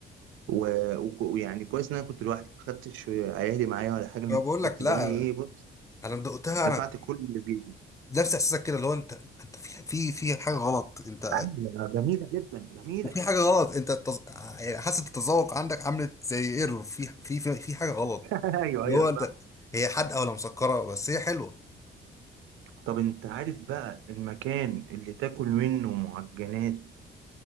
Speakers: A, on the right (about 80°); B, on the left (about 15°).
A: و... وك- ويعني كويس ان انا كنت لوحدي ما خدتش عيالي معايا ولا حاجه أنا
B: فبقول لك
A: كنت
B: لا
A: زماني ايه بص
B: انا دقتها
A: دفعت
B: انا
A: كل اللي فيه
B: نفس احساسك كده اللي هو انت انت في في في حاجه غلط انت
A: عاملة جميلة جدا جميلة
B: وفي حاجه غلط انت التز... يعني حاسه التذوق عندك عملت زي ايرور في في في في حاجه غلط
A: <laughs> ايوه
B: اللي
A: ايوه
B: هو
A: صح
B: انت هي حادقه ولا مسكره بس هي حلوه
A: طب انت عارف بقى المكان اللي تاكل منه معجنات